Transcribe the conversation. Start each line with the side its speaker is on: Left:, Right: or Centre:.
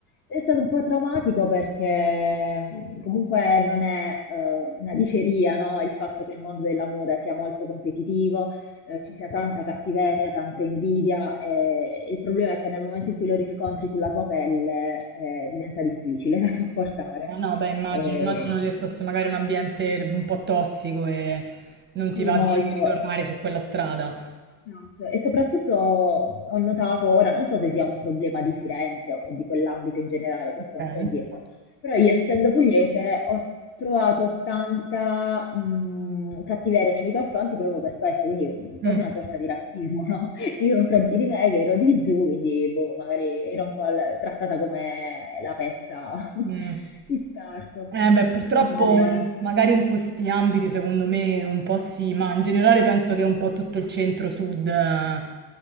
Left: è stato un po' traumatico perché mh, comunque non è eh, una diceria, no? Il fatto che il mondo della moda sia molto competitivo, eh, ci sia tanta cattiveria, tanta invidia, e il problema è che nel momento in cui lo riscontri sulla tua pelle eh, diventa difficile <laughs> da sopportare.
Right: Eh, No, beh, immagino,
Left: Eh,
Right: immagino che fosse magari un ambiente un po' tossico e non
Left: sì,
Right: ti va
Left: molto.
Right: di ritornare su quella strada.
Left: Esatto. E soprattutto ho notato, ora non so se sia un problema di Firenze o di quell'ambito in generale, questo
Right: Ok.
Left: non so dirtelo, però io essendo pugliese ho trovato tanta mh, cattiveria nei miei confronti proprio per questo, quindi quasi
Right: Mm.
Left: una sorta di razzismo, no? <laughs> Nei confronti di me che ero di giù, quindi boh, magari ero un po' la- trattata come la pezza <laughs>
Right: Mm.
Left: di scarto.
Right: Eh beh, purtroppo
Left: Quindi, eh,
Right: magari in questi ambiti secondo me un po' sì, ma in generale penso che un po' tutto il centro-sud eh,